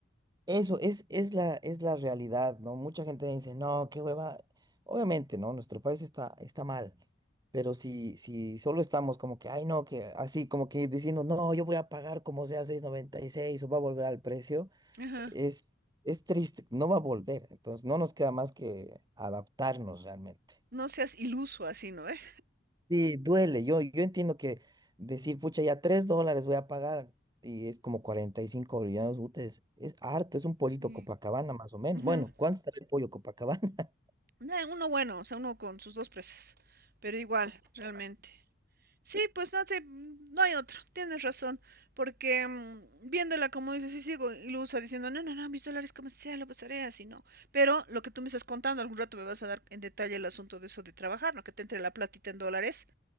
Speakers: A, on the right; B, on the right.
A: Eso es, es la, es la realidad, ¿no? Mucha gente dice, no, qué hueva. Obviamente, ¿no? Nuestro país está, está mal, pero si, si solo estamos como que, ay, no, que así, como que diciendo, no, yo voy a pagar como sea 6.96 o va a volver al precio,
B: Ajá.
A: es, es triste, no va a volver. Entonces, no nos queda más que adaptarnos realmente.
B: No seas iluso así, ¿no? ¿Eh?
A: Sí, duele. Yo, yo entiendo que decir, pucha, ya tres dólares voy a pagar y es como 45 bolivianos útiles. Es harto, es un pollito
B: Sí.
A: Copacabana más o menos.
B: Ujú.
A: Bueno, ¿cuánto está el pollo Copacabana? <laughs>
B: Nah, Uno bueno, o sea, uno con sus dos presas, pero igual, realmente. Sí, pues no sé, mm, no hay otra, tienes razón, porque mm, viéndola como dices, sí sigo ilusa diciendo, no, no, no, mis dólares como sea, lo pasaré así, no. Pero lo que tú me estás contando, algún rato me vas a dar en detalle el asunto de eso de trabajar, ¿no? Que te entre la platita en dólares.